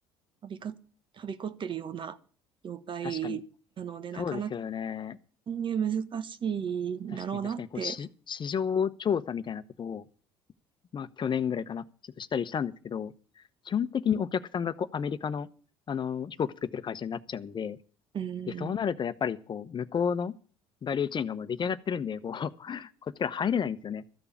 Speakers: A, on the right (about 40°); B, on the left (about 35°).
A: はびか、はびこってるような業界なので、
B: 確かに。そうですよね。
A: なかなか参入難しいんだろうなって。
B: 確かに確かに、こう、し、市場調査みたいなことをまあ去年ぐらいかな、ちょっとしたりしたんですけど、基本的にお客さんがこうアメリカの、あの、飛行機作ってる会社になっちゃうんで、
A: うん、
B: で、そうなるとやっぱりこう、向こうのバリューチェーンがもう出来上がってるんで、こう、<laughs> こっちから入れないんですよね。